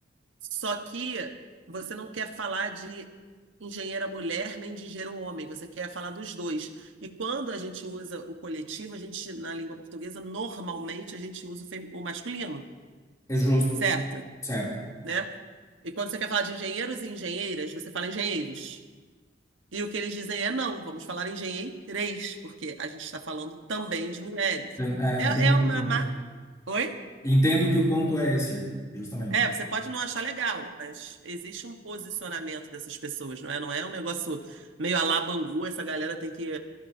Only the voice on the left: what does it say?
É justo.
Certo.
É, é,
entendo
que
o ponto
é esse.
Entendo que o ponto é esse, é, justamente.